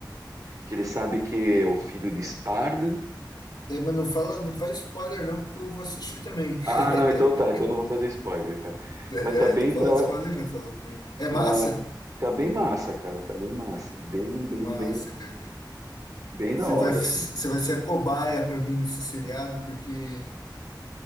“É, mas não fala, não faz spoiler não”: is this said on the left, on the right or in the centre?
Left